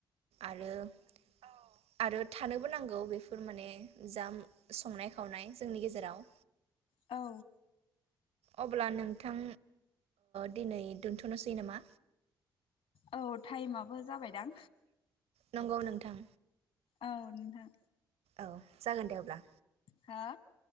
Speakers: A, on the right (about 60°); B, on the left (about 60°).
A: आरो औ आरो। थानोबो नांगौ। बेफोर माने जाम संनाय खावनाय जोंनि गेजेराव
B: औ
A: अब्ला नोंथां दिनै दोन्थ'नोसै नामा
B: औ टाइमाबो जाबायदां
A: नंगौ नोंथां
B: औ नोंथां
A: औ जागोन दे अब्ला
B: हो